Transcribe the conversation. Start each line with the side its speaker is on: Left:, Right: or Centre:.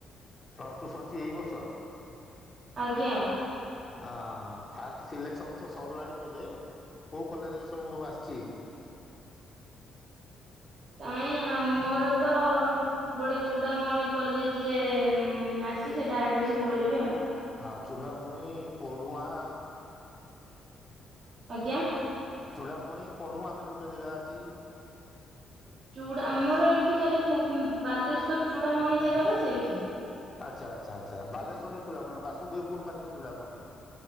Left: ପ୍ଲସ୍ ଟୁ ସରିଛି ଏଇ ବର୍ଷ।
Right: ଆଜ୍ଞା।
Left: ଆ‌ ହଁ ଫାଷ୍ଟ ସିଲେକ୍ସନ ତ ସରିଲାଣି ବୋଧେ କୋଉ କଲେଜରେ ସବୁ ଆସିଛି।
Right: କାଇଁ ଆ ମୋର ତ। ଗୋଟେ ଚୂଡ଼ାମଣି କଲେଜରେ ଆସିଚି ସେଇଟା ଆଡମିସନ କରିବି ଆଉ।
Left: ଆ ଚୁଡ଼ାମୁଣି ପୋଢୁଆଁ।
Right: ଆଜ୍ଞା।
Left: ଚୁଡ଼ାମଣି ପଢୁଆଁ ବୋଲି ଗୋଟେ ଜାଗା ଅଛି।
Right: ଚୁଡା ଆମର ଏଇଠି ଖାଲି ଭୁବ୍ ବାଲେଶ୍ୱର ଚୂଡ଼ାମଣି ଜାଗାଟା ସେଇଠି।
Left: ଆଚ୍ଛା ଆଚ୍ଛ ଆଛା ବାଲେଶ୍ୱର ରେ ଚୁଡାମୁଣୀ ନୁଅ ବାସୁଦେବ ପୁରୁ ପାଖରେ ଚୁଡ଼ାମୁଣି।